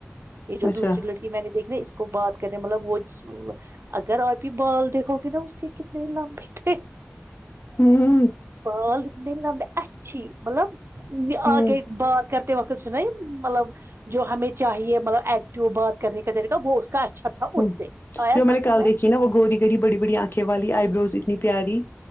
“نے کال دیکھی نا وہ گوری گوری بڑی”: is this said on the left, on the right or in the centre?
Left